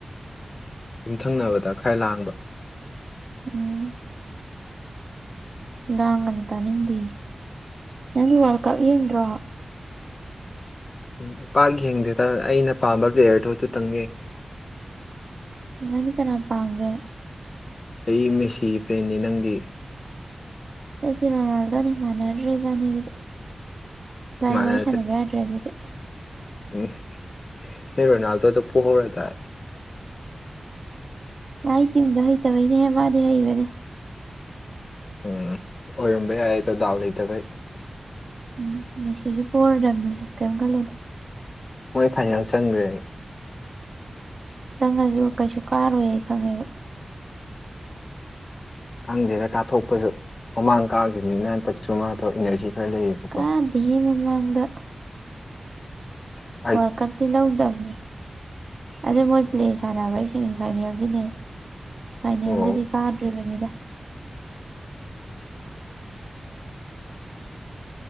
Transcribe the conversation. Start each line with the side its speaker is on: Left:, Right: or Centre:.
Left: ꯌꯨꯝꯊꯪꯅꯕꯗ ꯈꯔ ꯂꯥꯡꯕ
Right: ꯎꯝ ꯂ ꯉꯅꯤ ꯇꯅꯤꯡꯗꯤ ꯅꯅꯤ ꯋꯥꯂ ꯀꯞ ꯌꯦ꯭ꯔꯣ
Left: ꯎ ꯄꯥꯛ ꯌꯦꯡꯗꯦꯗ ꯑꯩꯅ ꯄꯥꯝꯕ ꯄ꯭ꯂꯦꯌꯔꯗꯨꯣ ꯑꯗꯨꯇꯪꯌꯦ
Right: ꯉꯅꯤ ꯀꯅ ꯄꯒ
Left: ꯑꯩ ꯃꯦꯁꯤꯒꯤ ꯐꯦꯟꯅꯤ ꯅꯪꯗꯤ
Right: ꯁꯤꯗꯤ ꯔꯣꯅꯥꯜꯗꯣꯅꯤ ꯃꯥꯟꯅꯗ꯭ꯔꯦ ꯔꯅꯤ ꯔꯅꯤ ꯋꯥꯔꯤ
Left: ꯃꯥꯟꯅꯗ꯭ꯔꯦ
Right: ꯋꯥꯔꯤ ꯁꯥꯟꯅꯅꯕ ꯌꯥ <inaudible>
Left: ꯎꯝ ꯅ ꯔꯣꯅꯥꯜꯗꯣꯗ ꯄꯨꯍꯧꯔꯗꯥꯏ
Right: ꯃꯥꯥꯏ ꯇꯤꯝꯗꯣ ꯍꯩꯇꯕꯩꯅꯦꯍꯦ ꯃꯥꯗꯤ ꯍꯩꯕꯅꯦ
Left: ꯎꯝ ꯑꯣꯏꯔꯝꯕ ꯌꯥꯏ ꯑꯗ ꯗꯥꯎ ꯂꯩꯇꯕ
Right: ꯎꯝ ꯂꯩ ꯁꯤꯁꯨ ꯄꯔꯗꯕꯅꯦꯁꯨ ꯀꯩꯝ ꯈꯜꯂꯨꯅꯨ
Left: ꯃꯣꯏ ꯐꯥꯏꯅꯦꯜ ꯆꯪꯈ꯭ꯔꯦ
Right: ꯆꯪꯉꯁꯨ ꯀꯩꯁꯨ ꯀꯥꯔꯣꯏ ꯈꯪꯉꯦꯕ
Left: ꯈꯪꯗꯦꯗ ꯀꯥꯞꯊꯣꯛꯄꯁꯨ ꯃꯃꯥꯡ ꯀꯥꯈꯤꯕꯅꯤꯅ ꯍꯟꯗꯛꯁꯨ ꯃꯥꯊ ꯏꯅꯔꯖꯤ ꯈꯔ ꯂꯩꯌꯦꯕꯀꯣ
Right: ꯀꯥꯗꯉꯦ ꯃꯃꯥꯡꯗ
Left: ꯑꯁ
Right: ꯋꯥꯔꯜ ꯀꯞꯇꯤ ꯂꯧꯗꯕꯅꯦ ꯑꯗꯩ ꯃꯣꯏ ꯄ꯭ꯂꯦ ꯁꯥꯟꯅꯕꯩꯁ ꯁꯦꯃꯤꯐꯥꯏꯅꯦꯜꯒꯤꯅꯦ ꯐꯥꯏꯅꯦꯜꯗꯗꯤ
Left: ꯑꯣ
Right: ꯀꯥꯗ꯭ꯔꯤꯕꯅꯤꯗ